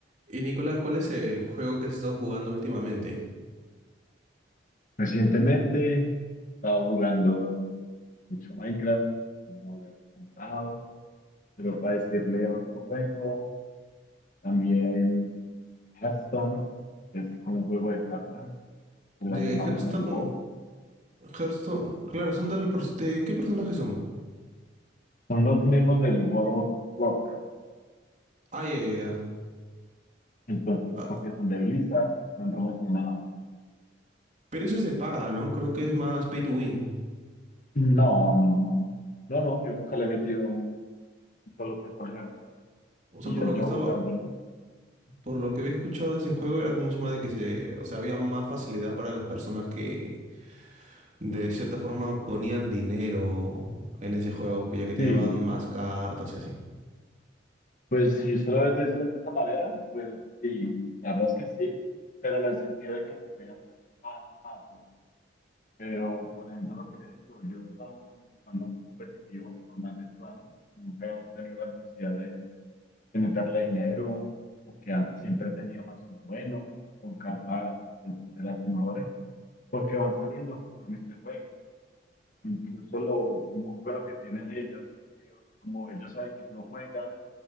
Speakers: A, on the right; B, on the left.
A: Y Nicolás, ¿cuál es el juego que has estado jugando últimamente?
B: Recientemente he estado jugando mucho Minecraft, como lo he contado, pero para decirle otro juego, también Hearthstone, que es como un juego de cartas relacionado
A: De Hearthstone,
B: con el WoW.
A: Hearthstone, claro, son de, los pers- de- ¿qué personajes son?
B: Son los mismos del World of Warcraft,
A: Ah, ya, ya, ya.
B: entonces
A: Ah,
B: porque son de Blizzard, están relacionados.
A: pero eso es de paga, ¿no? Creo que es más pay to win.
B: No, no, no. No, no, yo nunca le he metido un solo peso al Hearthstone
A: O sea,
B: y
A: por
B: yo
A: lo
B: llevo
A: que estaba,
B: jugándolo.
A: por lo que había escuchado de ese juego era como se llama de que se, o sea, había más facilidad para las personas que de cierta forma ponían dinero en ese juego, pues ya que te
B: Sí,
A: daban más cartas y así.
B: Pues si usted lo ve de esa, de esa manera, pues sí, la verdad es que sí, pero en el sentido de que se puede hacer más, más, ¿no? Pero, por ejemplo, lo que le digo, yo he estado jugando competitivo por más de ocho años, nunca he tenido la necesidad de, de meterle dinero, porque ah, siempre he tenido mazos buenos, con cartas de, de las mejores, porque van saliendo conforme usted juegue. Incluso lo muy bueno que tienen ellos es que como ellos saben que uno juega,